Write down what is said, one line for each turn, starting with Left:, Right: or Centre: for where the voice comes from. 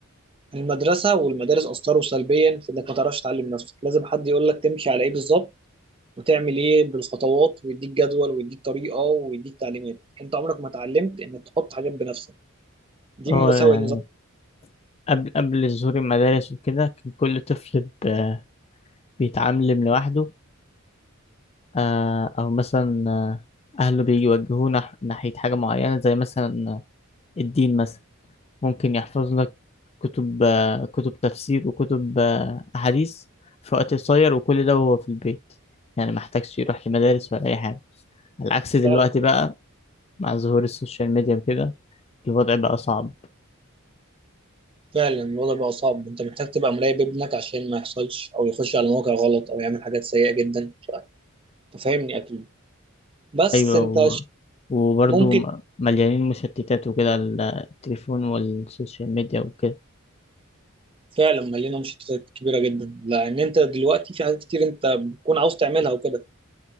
Right: المدرسه والمدارس اثروا سلبيا في انك ما تعرفش تعلم نفسك لازم حد يقول لك تمشي على ايه بالظبط وتعمل ايه بالخطوات ويديك جدول ويديك طريقه ويديك تعليمات انت عمرك ما اتعلمت انك تحط حاجات بنفسك دي
Left: اه
Right: من مساوئ
Left: يعني
Right: النظام
Left: قبل قبل ظهور المدارس وكده كان كل طفل ب- بيتعلم لوحده آه، أو مثلا آه، أهله بيوجهوه نح- ناحية حاجة معينة زي مثلا آه، الدين مثلا ممكن يحفظ لك كتب آه، كتب تفسير وكتب آه، أحاديث في وقت قصير وكل ده وهو في البيت يعني محتاجش يروح لمدارس ولا أي حاجة على عكس دلوقتي
Right: فعلا
Left: بقى مع ظهور السوشيال ميديا وكده الوضع بقى صعب
Right: فعلا الوضع بقى صعب انت محتاج تبقى مراقب ابنك عشان ما يحصلش او يخش على مواقع غلط او يعمل حاجات سيئه جدا ف- فاهمني اكيد بس
Left: أيوة
Right: انت
Left: و...
Right: ش-
Left: وبرضه
Right: ممكن
Left: م- مليانين مشتتات وكده ال- التليفون والسوشيال ميديا وكده
Right: فعلا مليانه مشتتات كبيره جدا لان انت دلوقتي في حاجات كتير انت بتكون عاوز تعملها وكده